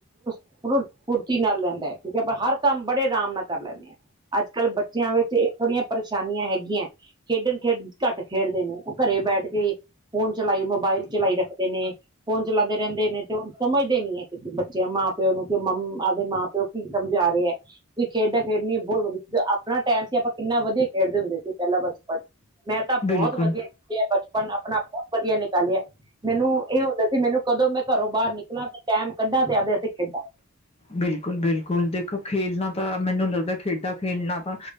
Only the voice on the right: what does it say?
<unintelligible> ਫੁਰਤੀ ਨਾਲ ਰਹਿੰਦਾ ਕਿਉਂਕਿ ਆਪਾਂ ਹਰ ਕੰਮ ਬੜੇ ਆਰਾਮ ਨਾਲ ਕਰ ਲੈਂਨੇ ਆ। ਅੱਜ ਕੱਲ੍ਹ ਬੱਚਿਆਂ ਵਿੱਚ ਇਹ ਥੋੜ੍ਹੀਆਂ ਪਰੇਸ਼ਾਨੀਆਂ ਹੈਗੀਆਂ। ਖੇਡਣ ਖੇਡਣ ਘੱਟ ਖੇਡਦੇ ਨੇ ਉਹ ਘਰੇ ਬੈਠ ਕੇ ਫੋਨ ਚਲਾਈ ਮੋਬਾਇਲ ਚਲਾਈ ਰੱਖਦੇ ਨੇ। ਫੋਨ ਚਲਾਂਦੇ ਰਹਿੰਦੇ ਨੇ ਤੇ ਓ ਸਮਝਦੇ ਨੀ ਐ। ਇੱਕ ਬੱਚੇ ਮਾਂ ਪਿਓ ਨੂੰ ਕੀ ਮੰ ਆਪਦੇ ਮਾਂ ਪਿਓ ਕੀ ਸਮਝਾ ਰੇ ਐ। ਤੁਸੀਂ ਖੇਡਾਂ ਖੇਡਣੀਆਂ ਬੋਤ ਵਧੀਆ ਆਪਣਾ ਟਾਈਮ ਸੀ ਆਪਾਂ ਕਿੰਨਾ ਵਧੀਆ ਖੇਡਦੇ ਹੁੰਦੇ ਸੀ ਪਹਿਲਾਂ ਬਚਪਨ ਮੈਂ ਤਾਂ
ਬਹੁਤ ਵਧੀਆ <unintelligible> ਬਚਪਨ ਆਪਣਾ ਬਹੁਤ ਵਧੀਆ ਨਿਕਾਲਿਆ ਮੈਨੂੰ ਏ ਹੁੰਦਾ ਮੈਨੂੰ ਕਦੋਂ ਮੈਂ ਘਰੋਂ ਬਾਹਰ ਨਿਕਲਾਂ ਤੇ ਟਾਈਮ ਕੱਢਾ ਤੇ ਆਪਦੇ ਅਸੀਂ ਖੇਡਾਂ